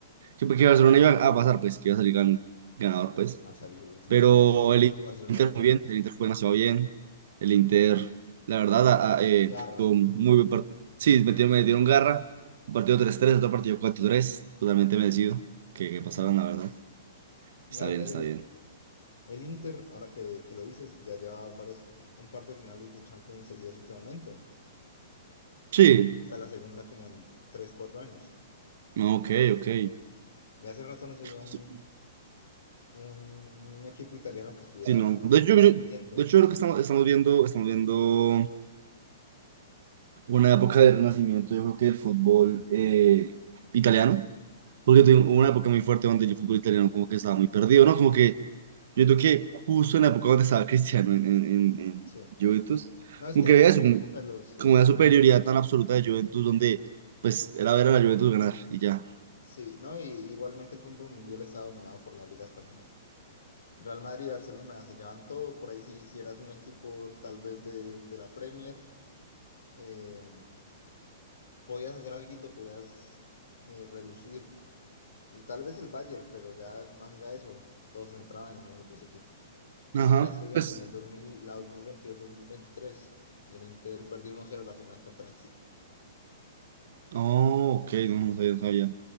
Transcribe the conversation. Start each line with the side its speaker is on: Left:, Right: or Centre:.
Right: que, que Barcelona iba a pasar, pues, que iba a salir gan- ganador, pues.
Left: A salir, sí,
Right: Pero
Left: es que dice,
Right: el
Left: Barcelona
Right: Inter
Left: iba a salir.
Right: muy bien, el Inter fue demasiado bien. El Inter,
Left: Sí,
Right: la verdad,
Left: le metieron
Right: a- a- eh,
Left: garra.
Right: tuvo un muy buen partido. Sí, metieron, metieron garra. Un partido tres tres otro partido cuatro tres totalmente merecido que, que
Left: Ujú.
Right: pasaron, la verdad.
Left: La
Right: Está
Left: verdad,
Right: bien, está
Left: el,
Right: bien.
Left: el Inter, ahora que, que lo dices, ya lleva varias, un par de finales de Champions seguidas últimamente.
Right: Sí,
Left: Está la segunda como en 3 4 años.
Right: no, ok, ok.
Left: Y hace rato no se veía un,
Right: Sí,
Left: un equipo italiano que estuviera
Right: no. De hecho,
Left: rindiendo.
Right: yo, yo- de hecho, yo creo que estamos, estamos viendo, estamos viendo. una época de renacimiento, yo creo que del fútbol eh, italiano, porque
Left: Sí,
Right: tuve una época muy fuerte donde el fútbol italiano como que estaba muy perdido, ¿no? Como que yo creo que justo en la época donde estaba Cristiano en, en, en- en
Left: sí.
Right: Juventus,
Left: No, es
Right: como
Left: que,
Right: que
Left: es
Right: había
Left: que en
Right: eso,
Left: esa
Right: como,
Left: época los
Right: como
Left: estábamos
Right: una superioridad
Left: centrados
Right: tan
Left: en...
Right: absoluta de Juventus donde pues era ver a la Juventus ganar y ya.
Left: Sí, ¿no? Y igualmente el fútbol mundial está dominado por la Liga Española. Real Madrid y Barcelona se llevan todo. Por ahí si hicieras un equipo tal vez de, de la Premier, eh, podías hacer alguito, podías eh, relucir. Y tal vez el Bayern, pero ya más allá de eso, todos entraban en esos dos equipos. Y
Right: Ajá,
Left: sí mira, estoy viendo
Right: pues...
Left: en el dos mil la dos dos mil veintidós mil veintitrés el Inter perdió uno cero la final contra el City.
Right: Oh, ok, no, no sabía, no sabía.